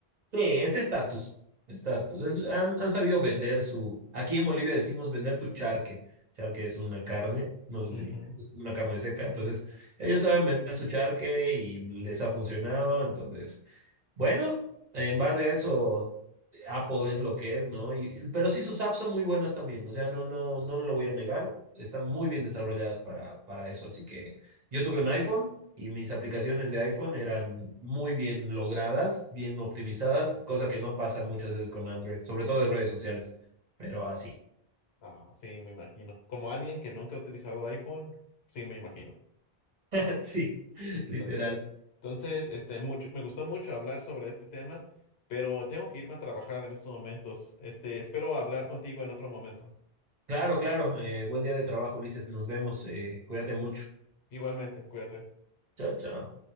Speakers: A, on the right (about 45°); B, on the left (about 70°).
A: Sí, es estatus, estatus. Es- han, han sabido vender su, aquí en Bolivia decimos vender tu charque. Charque es una carne, no sé
B: Ujú.
A: si es una carne seca, entonces ellos saben vender su charque y les ha funcionado, entonces... Bueno, en base a eso, Apple es lo que es, ¿no? Y- pero sí sus apps son muy buenas también, o sea, no, no, no lo voy a negar, están muy bien desarrolladas para, para eso, así que yo tuve un iPhone y mis aplicaciones de iPhone eran muy bien logradas, bien optimizadas, cosa que no pasa muchas veces con Android, sobre todo de redes sociales, pero así,
B: Ah, sí, me imagino. Como alguien que nunca ha utilizado iPhone, sí, me imagino.
A: <laughs> sí, literal.
B: Entonces, entonces, este, mucho, me gustó mucho hablar sobre este tema, pero tengo que irme a trabajar en estos momentos. Este, espero hablar contigo en otro momento.
A: Claro, claro, eh, buen día de trabajo, Ulises, nos vemos, eh, cuídate mucho.
B: Igualmente, cuídate.
A: Chao, chao.